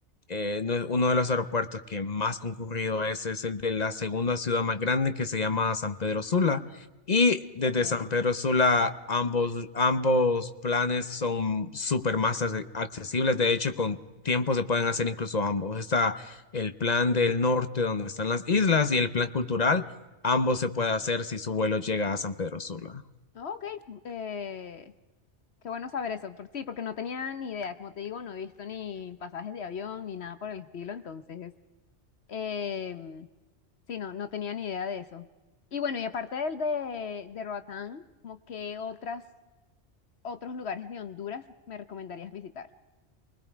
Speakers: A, on the left; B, on the left.
A: eh, no- uno de los aeropuertos que más concurrido es, es el de la segunda ciudad más grande que se llama San Pedro Sula. Y desde
B: ok,
A: San Pedro Sula ambos, ambos planes son súper más ace- accesibles. De hecho, con tiempo se pueden hacer incluso ambos. Está el plan del norte donde están las islas y el plan cultural. Ambos se puede hacer si su vuelo llega a San Pedro Sula.
B: ok, eh, Qué bueno saber eso. por- sí, porque no tenía ni idea. Como te digo, no he visto ni pasajes de avión ni nada por el estilo. Entonces, em, sí, no, no tenía ni idea de eso. Y bueno, y aparte del de, de Roatán, como que otras, otros lugares de Honduras me recomendarías visitar.